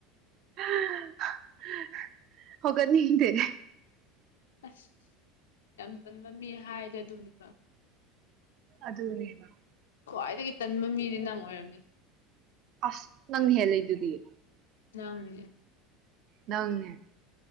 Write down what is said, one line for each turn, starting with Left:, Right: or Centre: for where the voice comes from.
Right: <unintelligible> ꯍꯧꯒꯠꯅꯤꯡꯗꯦ
Left: ꯑꯁ ꯌꯥꯝ ꯇꯟꯕ ꯃꯤ ꯍꯥꯏꯔꯗꯤ ꯑꯗꯨꯅꯤꯕ
Right: ꯑꯗꯨꯅꯤꯕ
Left: ꯈ꯭ꯋꯥꯏꯗꯒꯤ ꯇꯟꯕ ꯃꯤꯗꯤ ꯅꯪ ꯑꯣꯏꯔꯝꯃꯦ
Right: ꯑꯁ ꯅꯪ ꯍꯦꯜꯂꯤꯗꯨꯗꯤ
Left: ꯅꯪꯅꯦ
Right: ꯅꯪꯅꯦ